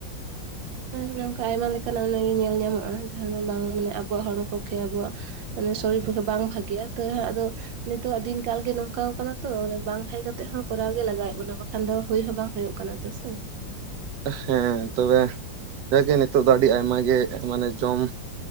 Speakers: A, on the right (about 80°); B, on the right (about 70°).
A: ᱟᱨ ᱚᱱᱮ ᱚᱱᱠᱟ ᱟᱭᱢᱟ ᱞᱮᱠᱟᱱᱟᱜ ᱧᱮᱞ ᱧᱟᱢᱚᱜ-ᱟ, ᱡᱟᱦᱟᱸ ᱫᱚ ᱵᱟᱝ ᱢᱟᱱᱮ ᱟᱵᱚᱣᱟᱜ ᱦᱚᱲᱢᱚ ᱯᱚᱠᱠᱷᱮ ᱟᱵᱚᱣᱟᱜ ᱢᱟᱱᱮ ᱥᱚᱨᱤᱨ ᱯᱚᱠᱠᱷᱮ ᱵᱟᱝ ᱵᱷᱟᱜᱮᱜ-ᱟ, ᱛᱟᱹᱦᱟᱜ ᱟᱫᱚ ᱱᱤᱛᱳᱜ-ᱟᱜ ᱫᱤᱱ ᱠᱟᱞᱜᱮ ᱱᱚᱝᱠᱟᱣ ᱠᱟᱱᱟ ᱛᱚ ᱵᱟᱝ ᱵᱷᱟᱜᱮ ᱠᱟᱛᱮᱜ ᱦᱚᱸ ᱠᱚᱨᱟᱣ ᱜᱮ ᱞᱟᱜᱟᱣᱮᱫ ᱵᱚᱱᱟ᱾ ᱵᱟᱠᱷᱟᱱ ᱫᱚ ᱦᱩᱭ ᱦᱚᱸ ᱵᱟᱝ ᱦᱩᱭᱩᱜ ᱠᱟᱱᱟ ᱛᱮ ᱥᱮ᱾
B: ᱦᱮᱸ ᱛᱚᱵᱮ ᱡᱟᱜᱮ ᱱᱤᱛᱚᱜ ᱫᱚ ᱟᱹᱰᱤ ᱟᱭᱢᱟᱜᱮ ᱢᱟᱱᱮ ᱡᱚᱢ